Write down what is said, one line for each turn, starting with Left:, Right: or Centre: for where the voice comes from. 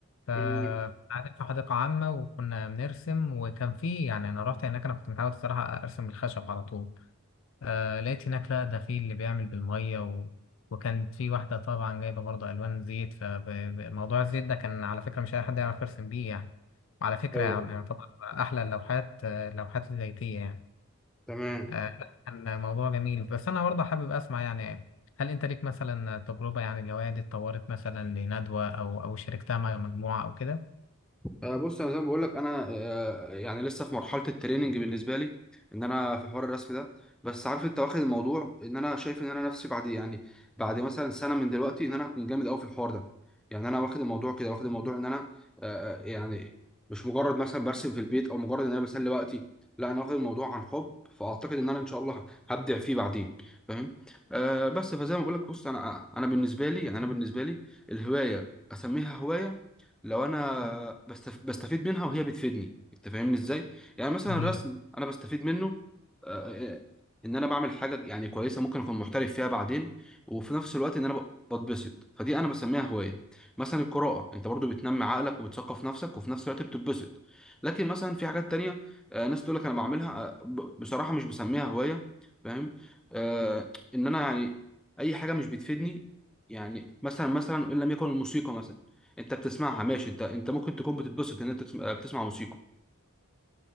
Left: فكنا
Centre: تمام
Left: قاعدين في حديقة عامة وكنا بنرسم وكان في يعني أنا رحت هناك أنا كنت متعود الصراحة أرسم بالخشب على طول آه لقيت هناك لا ده في اللي بيعمل بالمية و... وكانت في واحدة طبعا جايبة برضه ألوان زيت فموضوع الزيت ده كان على فكرة مش أي حد يعرف يرسم بيه يعني وعلى فكرة
Centre: ايوه
Left: يعني يعتبر أحلى اللوحات آه، اللوحات الزيتية يعني
Centre: تمام
Left: آه لا كان موضوع جميل بس أنا برضه حابب أسمع يعني هل أنت ليك مثلا تجربة يعني الهواية دي اتطورت مثلا لندوة أو أو شاركتها مع مجموعة أو كده؟
Centre: آه، بص انا زي ما بقول لك انا آه، يعني لسه في مرحله التريننج بالنسبه لي ان انا في حوار الرسم ده بس عارف انت واخد الموضوع ان انا شايف ان انا نفسي بعد يعني بعد مثلا سنه من دلوقتي ان انا هكون جامد قوي في الحوار ده يعني انا واخد الموضوع كده واخد الموضوع ان انا آه، آه، يعني مش مجرد مثلا برسم في البيت او مجرد ان انا بسلي وقتي لا انا واخد الموضوع عن حب فاعتقد ان انا ان شاء الله هبدع فيه بعدين فاهم آه بس فزي ما بقول لك بص انا انا بالنسبه لي يعني انا بالنسبه لي الهوايه اسميها هوايه لو انا بستف... بستفيد منها وهي بتفيدني انت فاهمني ازاي يعني مثلا
Left: جميل.
Centre: الرسم انا بستفيد منه آه، آه، ان انا بعمل حاجه يعني كويسه ممكن اكون محترف فيها بعدين وفي نفس الوقت ان انا ب- بتبسط فدي انا بسميها هوايه مثلا القراءه انت برضو بتنمي عقلك وبتثقف نفسك وفي نفس الوقت بتتبسط لكن مثلا في حاجات تانية آه، ناس تقول لك انا بعملها آه، ب- بصراحه مش بسميها هوايه فاهم آه، ان انا يعني اي حاجه مش بتفيدني يعني مثلا مثلا ان لم يكن الموسيقى مثلا انت بتسمعها ماشي انت انت ممكن تكون بتتبسط ان انت تسمع بتسمع موسيقى